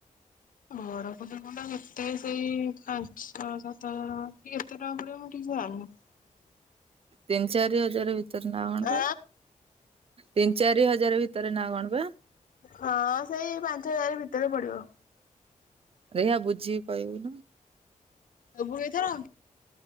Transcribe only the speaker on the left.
ବଡ ଖୁଦୁରୁକୁଣୀ ଟା କେତେ ସେଇ ପାଞ୍ଚ ଛଅ ଶହ ତ କେତେ ଟଙ୍କା ପଡିବ ମୁଁ ଠିକ ସେ ଜାଣିନି।
ଆ
ହଁ ସେଇ ପାଞ୍ଚ ହଜାର ଭିତରେ ପଡିବ।
ଦେବୁ କି ଏଇଥର?